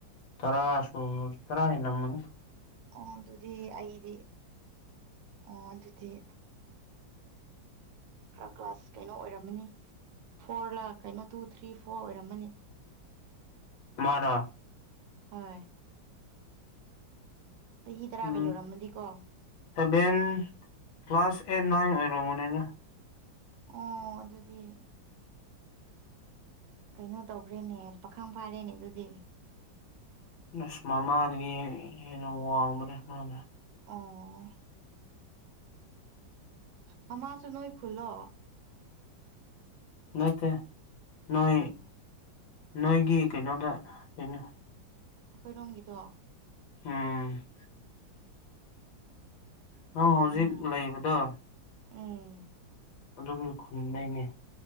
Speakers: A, on the left; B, on the right.
A: ꯇꯔꯥꯁꯨ ꯇꯔꯥ ꯍꯦꯜꯂꯝꯅꯤ
B: ꯑꯣ ꯑꯗꯨꯗꯤ ꯑꯩꯗꯤ ꯑꯣ ꯑꯗꯨꯗꯤ ꯈꯔ ꯀ꯭ꯂꯥꯁ ꯀꯩꯅꯣ ꯑꯣꯏꯔꯝꯃꯅꯤ ꯐꯣꯔ ꯂ ꯀꯩꯅꯣ ꯇꯨ ꯊ꯭ꯔꯤ ꯐꯣꯔ ꯑꯣꯏꯔꯝꯃꯅꯤ
A: ꯃꯥꯔ
B: ꯍꯣꯏ ꯆꯍꯤ ꯇꯔꯥꯒ
A: ꯎ
B: ꯌꯧꯔꯝꯃꯗꯤꯀꯣ
A: ꯁꯚꯦꯟ ꯀ꯭ꯂꯥꯁ ꯑꯦꯠ ꯅꯥꯏꯟ ꯑꯣꯏꯔꯝꯒꯅꯤꯗ
B: ꯑꯣ ꯑꯗꯨꯗꯤ ꯀꯩꯅꯣ ꯇꯧꯈ꯭ꯔꯦꯅꯦ ꯄꯥꯈꯥꯡ ꯐꯥꯔꯦꯅꯦ ꯑꯗꯨꯗꯤ
A: ꯑꯁ ꯃꯃꯥꯗꯒꯤ ꯍꯦꯟꯅ ꯋꯥꯡꯕꯅꯦ ꯃꯥꯅ
B: ꯑꯣ ꯃꯃꯥꯁꯨ ꯅꯣꯏ ꯈꯨꯜꯂꯣ
A: ꯅꯠꯇꯦ ꯅꯣꯏ
B: ꯎꯝ
A: ꯅꯣꯏꯒꯤ ꯀꯩꯅꯣꯗ ꯀꯩꯅꯣ
B: ꯑꯩꯈꯣꯏ ꯔꯣꯝꯒꯤꯗꯣ
A: ꯎꯝ ꯅꯪ
B: ꯐꯩꯌꯦꯅꯦ
A: ꯍꯧꯖꯤꯛ ꯂꯩꯕꯗꯣ
B: ꯎꯝ
A: ꯑꯗꯨꯒꯤ ꯈꯨꯟꯗꯩꯅꯦ